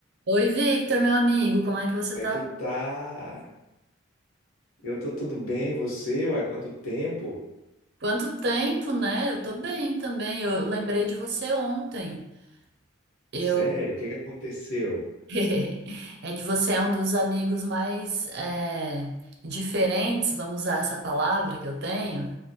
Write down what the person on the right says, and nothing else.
Oi, Victor, meu amigo, como é que você
tá?
Quanto tempo, né? Eu tô bem também. Eu lembrei de você ontem. Eu
<laughs> é que você é um dos amigos mais é, diferentes, vamos usar essa palavra que eu tenho.